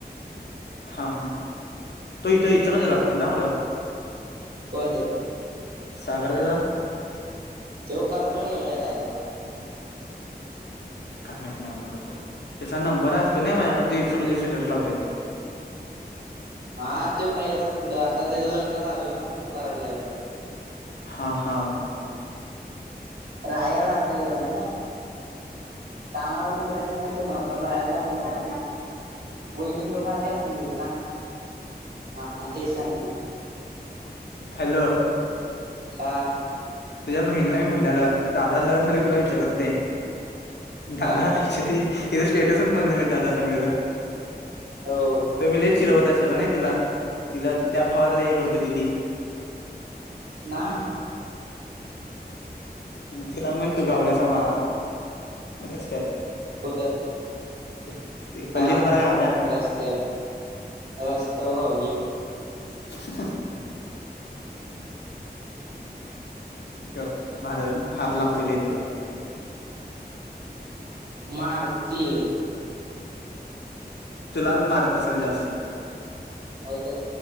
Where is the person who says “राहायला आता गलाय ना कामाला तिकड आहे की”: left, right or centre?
Right